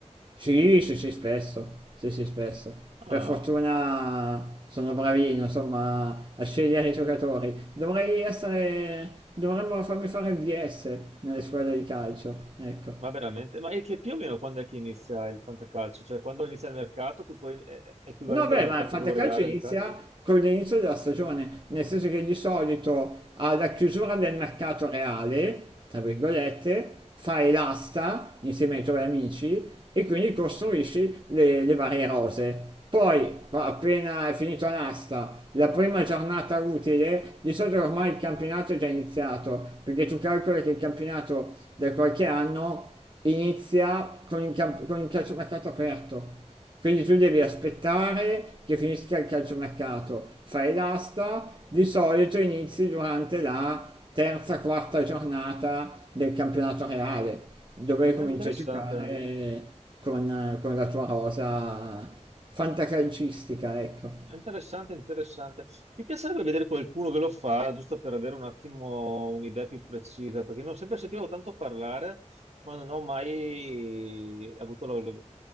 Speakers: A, on the right; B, on the right.
A: Sì, sì, sì, spesso, sì, sì, spesso.
B: Ah.
A: Per fortuna sono bravino, insomma, a scegliere i giocatori. Dovrei essere, dovremmo farmi fare il DS nelle squadre di calcio, ecco.
B: Ma veramente? Ma è che più o meno quando è che inizia il fantacalcio? Cioè quando inizia il mercato, tu puoi... è è equivalente
A: No, beh,
B: al mercato
A: ma il fantacalcio
B: quello reale
A: inizia
B: di calcio?
A: con l'inizio della stagione, nel senso che di solito alla chiusura del mercato reale, tra virgolette, fai l'asta insieme ai tuoi amici e quindi costruisci le, le varie rose. Poi, pa- appena è finita l'asta, la prima giornata utile, di solito ormai il campionato è già iniziato, perché tu calcoli che il campionato da qualche anno inizia con il, camp- con il calciomercato aperto. Quindi tu devi aspettare che finisca il calciomercato, fai l'asta, di solito inizi durante la terza, quarta giornata del campionato reale, dove
B: Ah,
A: cominci
B: interessante.
A: a giocare con, con la tua rosa fantacalcistica, ecco.
B: Interessante, interessante. Mi piacerebbe vedere qualcuno che lo fa, giusto per avere un attimo un'idea più precisa, perché non ho sempre sentivo tanto parlare, ma non ho mai avuto la,